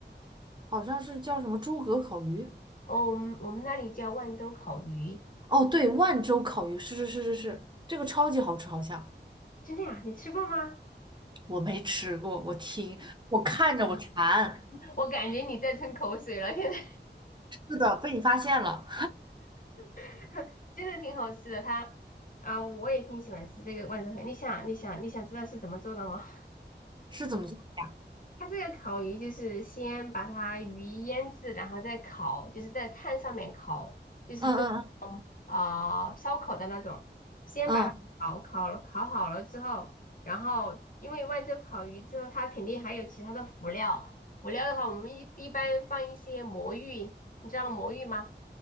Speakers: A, on the right; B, on the left.
A: 好像是叫什么诸葛烤鱼。
B: 哦，我们我们那里叫万州烤鱼，
A: 哦，对，万州烤鱼，是是是是是，这个超级好吃，好像
B: 真的呀？你吃过吗？
A: 我没吃过，我听我看着我馋。
B: <laughs> 我感觉你在吞口水了，现在
A: 是的，被你发现了，
B: <laughs> 真的挺好吃的。它啊、我也挺喜欢吃这个万州烤。鱼。你想，你想，你想知道是怎么做的吗？
A: 是怎么做的？
B: 它这个烤鱼就是先把它鱼腌制，然后再烤，就是在炭上面烤，就是做
A: 嗯嗯
B: 啊、呃烧烤的那种。先把它烤烤了，
A: 嗯嗯，
B: 烤好了之后，然后因为万州烤鱼之后，它肯定还有其他的辅料。辅料的话，我们一一般放一些魔芋，你知道魔芋吗？